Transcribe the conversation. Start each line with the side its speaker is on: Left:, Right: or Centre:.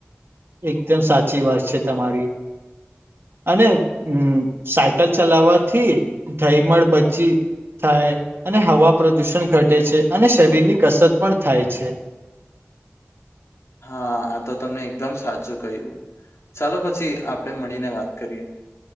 Right: એકદમ સાચી વાત છે તમારી. અને હમ સાયકલ ચલાવવાથી ધયમળ બચી થાય અને હવા પ્રદુષણ ઘટે છે અને શરીર ની કસરત પણ થાય છે.
Left: હા આ તો તમને એકદમ સાચું કહ્યું. ચાલો પછી આપડે મળીને વાત કરીએ.